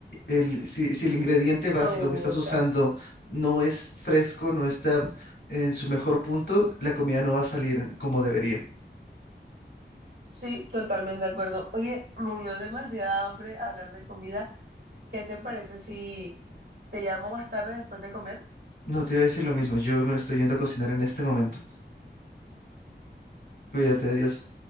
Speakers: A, on the left (about 70°); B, on the right (about 80°).
A: El, si, si el ingrediente básico
B: Total.
A: que estás usando no es fresco, no está en su mejor punto, la comida no va a salir en- como debería.
B: Sí, totalmente de acuerdo. Oye, me dio demasiada hambre hablar de comida. ¿Qué te parece si te llamo más tarde después de comer?
A: No, te iba a decir lo mismo. Yo me estoy yendo a cocinar en este momento. Cuídate, adiós.